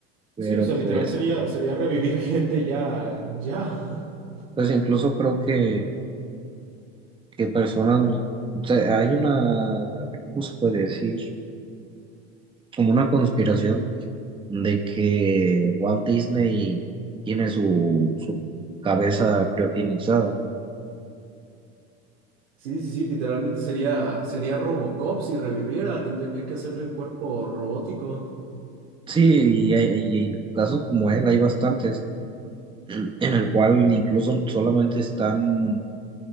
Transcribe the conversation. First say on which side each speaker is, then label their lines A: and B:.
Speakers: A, on the right; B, on the right.
A: Pero
B: Sí, o sea, literal
A: pues,
B: sería, sería revivir <laughs> gente ya, ya. <laughs>
A: pues incluso creo que, que personas, o sea, hay una, ¿cómo se puede decir? Como una conspiración de que Walt Disney tiene su, su cabeza criogenizada.
B: Sí, sí, sí, literalmente sería, sería Robocop si reviviera, tendrían que hacerle un cuerpo robótico.
A: Sí, y hay, y hay casos como él, hay bastantes, en el cual incluso solamente están